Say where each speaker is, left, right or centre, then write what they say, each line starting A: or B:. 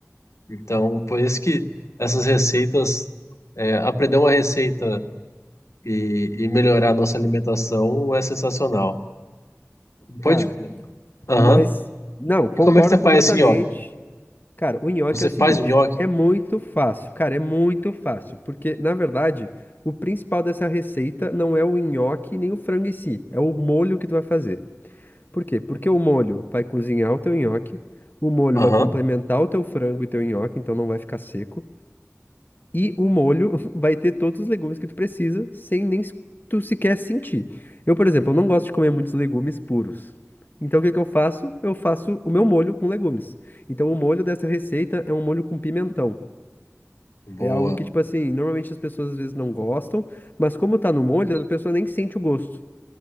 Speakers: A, on the left (about 70°); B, on the left (about 40°).
A: Então, por isso que essas receitas, é, aprender uma receita e, e melhorar a nossa alimentação é sensacional. Pode.
B: Cara,
A: Aham.
B: mas. Não, concordo
A: E como é que você
B: completamente.
A: faz esse nhoque?
B: Cara, o nhoque
A: Você
B: é o seguinte:
A: faz o nhoque?
B: é muito fácil, cara, é muito fácil. Porque, na verdade, o principal dessa receita não é o nhoque nem o frango em si, é o molho que tu vai fazer. Por quê? Porque o molho vai cozinhar o teu nhoque, o molho
A: Aham.
B: vai complementar o teu frango e teu nhoque, então não vai ficar seco. E o molho <laughs> vai ter todos os legumes que tu precisa, sem nem se- tu sequer sentir. Eu, por exemplo, eu não gosto de comer muitos legumes puros. Então, o que que eu faço? Eu faço o meu molho com legumes. Então, o molho dessa receita é um molho com pimentão.
A: Boa.
B: É algo que, tipo assim, normalmente as pessoas às vezes não gostam, mas como tá no molho, a pessoa nem sente o gosto,